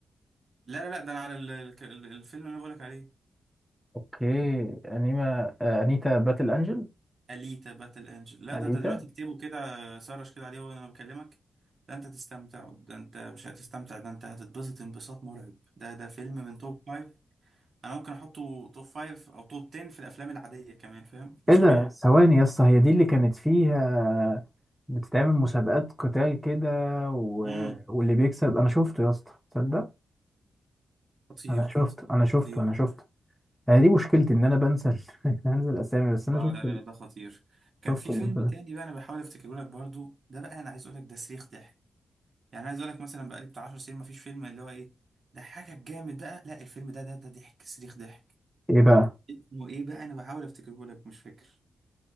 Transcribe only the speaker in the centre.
<laughs> اوكي انيما آه، انيتا باتل انجل
انيتا
ايه ده
ثواني يا اسطى هي دي اللي كانت فيها بتتعمل مسابقات قتال كده و...
واللي بيكسب انا شفته يا اسطى تصدق
انا شفته
انا شفته
انا شفته انا دي مشكلتي ان انا بنسى ال- <laughs> بنسى الاسامي بس انا
شفت
ال...
شفت
ال...
ايه بقى